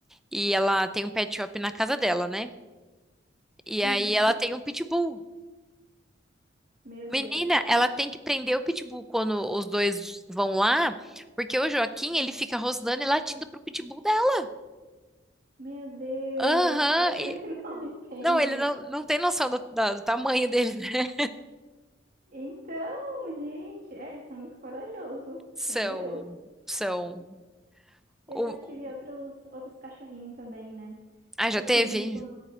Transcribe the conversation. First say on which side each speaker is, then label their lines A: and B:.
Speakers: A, in the centre; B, on the right.
A: E ela tem um pet shop na casa dela, né? E aí
B: Uhum.
A: ela tem um pitbull.
B: Meu Deus.
A: Menina, ela tem que prender o pitbull quando os dois vão lá, porque o Joaquim, ele fica rosnando e latindo pro pitbull dela.
B: Meu Deus,
A: Aham.
B: será que
A: e-
B: ele <laughs> não entende?
A: Não, ele não, não tem noção do, da- do tamanho dele, né?
B: Então, gente, é, eles são muito corajosos.
A: São,
B: Meu Deus.
A: são.
B: Eu
A: o-
B: já tive outros, outros cachorrinhos também, né?
A: Ah, já
B: Eu
A: teve?
B: tive um quando,